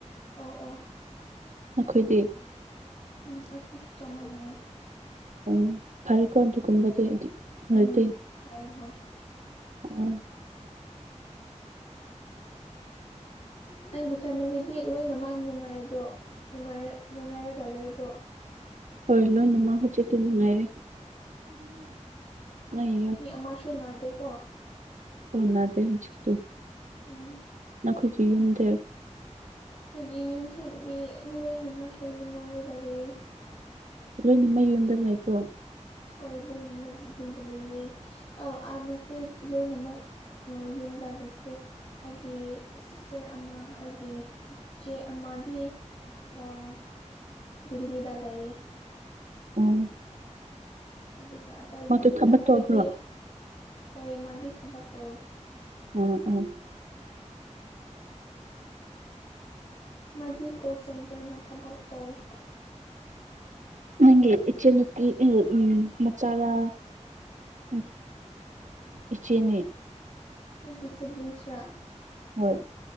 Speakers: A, on the left (about 60°); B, on the right (about 80°).
A: ꯑꯣ ꯑꯣ
B: ꯅꯈꯣꯏꯗꯤ
A: ꯎꯝ ꯑꯩꯈꯣꯏꯁꯨ ꯆꯞ ꯃꯥꯟꯅꯩꯌꯦ
B: ꯑꯣ ꯐꯔꯦꯀꯣ ꯑꯗꯨꯒꯨꯝꯕꯗꯤ ꯑꯗꯨ
A: ꯎꯝ
B: ꯅꯣꯏꯗꯤ
A: ꯐꯔꯦ ꯍꯣꯏ
B: ꯎꯝ
A: ꯅꯪꯒꯤ ꯐꯦꯃꯤꯂꯤꯗꯤ ꯂꯣꯏꯅꯃꯛ ꯅꯨꯡꯉꯥꯏꯕ꯭ꯔꯣ ꯅꯨꯡꯉꯥꯏꯔ ꯅꯨꯡꯉꯥꯏꯔꯒ ꯂꯩꯕ꯭ꯔꯣ
B: ꯍꯣꯏ ꯂꯣꯏꯅꯃꯛ ꯍꯧꯖꯤꯛꯇꯤ ꯅꯨꯡꯉꯥꯏꯔꯦ ꯅꯪꯒꯤ
A: ꯃꯤ ꯑꯃꯁꯨ ꯅꯥꯗꯦꯀꯣ
B: ꯑꯧ ꯅꯥꯗꯦ ꯍꯧꯖꯤꯛꯇꯨ
A: ꯎꯝ
B: ꯅꯈꯣꯏꯒꯤ ꯌꯨꯝꯗ
A: ꯑꯈꯣꯏꯒꯤ ꯌꯨꯝꯁꯨ ꯃꯤ ꯂꯣꯏꯅꯃꯛ ꯑꯈꯣꯏ ꯅꯨꯡꯉꯥꯏꯔꯒ ꯂꯩꯌꯦ
B: ꯂꯣꯏꯅꯃꯛ ꯌꯨꯝꯗ ꯂꯩꯕ꯭ꯔꯣ
A: ꯍꯣꯏ ꯂꯣꯏꯅꯃꯛ ꯌꯨꯝꯗ ꯂꯩꯌꯦ ꯑꯥ ꯑꯥ ꯅꯠꯇꯦ ꯂꯣꯏꯅꯃꯛ ꯃꯣꯏ ꯌꯨꯝꯗ ꯂꯩꯇꯦ ꯑꯩꯒꯤ ꯁꯤꯁ ꯆꯦ ꯑꯃ ꯑꯩꯒꯤ ꯆꯦ ꯑꯃꯗꯤ ꯑꯥ ꯗꯤꯜꯂꯤꯗ ꯂꯩꯌꯦ
B: ꯎꯝ
A: ꯑꯗꯨꯒ ꯑꯇꯩꯗꯤ
B: ꯊꯕꯛ
A: ꯑꯇꯩꯗꯤ
B: ꯇꯧꯕ꯭ꯔꯣ
A: ꯍꯣꯏ ꯑꯃꯥꯗꯤ ꯊꯕꯛ ꯇꯧꯋꯦ
B: ꯎꯝ ꯎꯝ
A: ꯃꯗꯤ ꯀꯣꯜ ꯁꯦꯟꯇ꯭ꯔꯅ ꯊꯕꯛ ꯇꯧꯋꯦ
B: ꯅꯪꯒꯤ ꯏꯆꯟꯅꯨꯄꯤ ꯎ ꯎꯝ ꯃꯆꯥꯔꯥ ꯎꯝ ꯏꯆꯦꯅꯦ
A: ꯑꯩꯒꯤ ꯁꯤꯕꯂꯤꯡꯁ ꯔꯥ
B: ꯍꯣꯏ